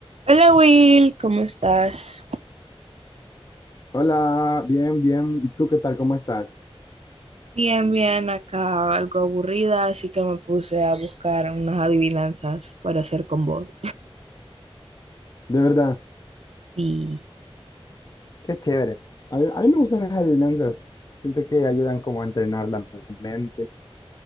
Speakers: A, on the right; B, on the left.
A: Hola Will, ¿cómo estás?
B: Hola, bien, bien. ¿Y tú qué tal? ¿Cómo estás?
A: Bien, bien, acá algo aburrida, así que me puse a buscar unas adivinanzas para hacer con vos.
B: De verdad,
A: Sí.
B: Qué chévere. a, a mí me gustan las adivinanzas. Siento que ayudan como a entrenar la mente.